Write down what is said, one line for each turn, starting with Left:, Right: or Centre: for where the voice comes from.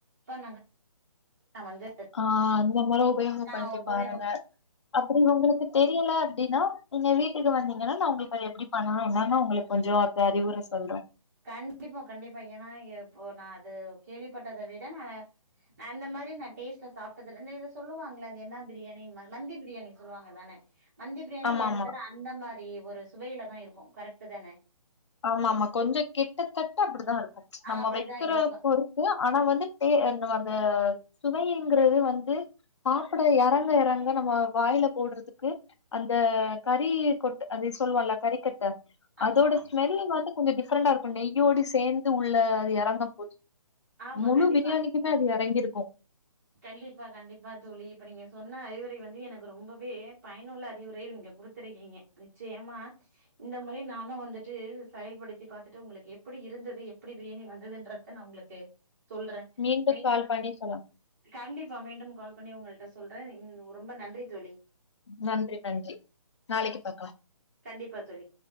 Right: <unintelligible> நாங்க வந்து
Left: ஆஹ் அந்த முறை உபயோகப்படுத்தி
Right: நா உபயோக
Left: பாருங்க அப்படி உங்களுக்கு தெரியல அப்படின்னா நீங்க வீட்டுக்கு வந்தீங்கன்னா நான் உங்களுக்கு அத எப்படி பண்ணணு என்னனு உங்களுக்கு கொஞ்சோ அறிவுரை சொல்றேன்
Right: கண்டிப்பா கண்டிப்பா ஏன்னா இப்போ நான் அது கேள்விப்பட்டதை விட நானு அந்த மாறி நான் டேஸ்ட்ல சாப்பிட்டதுல இந்த இத சொல்லுவாங்களே அது என்ன பிரியாணி மந்தி பிரியாணி சொல்லுவாங்க தானே மந்திபிரியாணி
Left: ஆமாமா.
Right: ஏறத்தால அந்த மாறி ஒரு சுவையில தான் இருக்கும் கரெக்டு தானே
Left: ஆமா ஆமா கொஞ்சோ கிட்டத்தட்ட அப்படித்தான் இருக்கும்
Right: ஆ
Left: நம்ம
Right: அப்டிதா
Left: வைக்கிற
Right: இருக்கு
Left: பொறுத் ஆனா வந்து பே அந்த சுவைங்கிறது வந்து சாப்பிட இறங்க இறங்க நம்ம வாயில போடுறதுக்கு அந்த கறி கொட்டு அது சொல்லுவான்ல கறி கட்ட
Right: ஆமா
Left: அதோட
Right: ஆமா
Left: ஸ்மெல்லு வந்து கொஞ்சோ டிஃப்ரெண்டா இருக்கும் நெய்யோடு சேர்ந்து உள்ள அது இறங்கும் போது
Right: ஆமா
Left: முழு
Right: கண்டிப்பா
Left: பிரியாணிக்குமே அது இறங்கிருக்கும்
Right: கண்டிப்பா கண்டிப்பா தோழி இப்ப நீங்க சொன்ன அறிவுரை வந்து எனக்கு ரொம்பவே பயனுள்ள அறிவுரை நீங்க கொடுத் துருக்கீங்க நிச்சயமா இந்த மாறியே நானும் வந்துட்டு செயல்படுத்தி பார்த்துட்டு உங்களுக்கு எப்படி இருந்தது எப்படி பிரியாணி வந்ததுன்றத நான் உங்களுக்கு சொல்றேன்
Left: மீண்டும்
Right: மெய்ல்
Left: கால் பண்ணி சொல்லாம்
Right: கண்டிப்பா மீண்டும் கால் பண்ணி உங்களுட்ட சொல்றேன் ரொம்ப நன்றி தோழி
Left: நன்றி நன்றி நாளைக்கு பாக்கலாம்
Right: கண்டிப்பா தோழி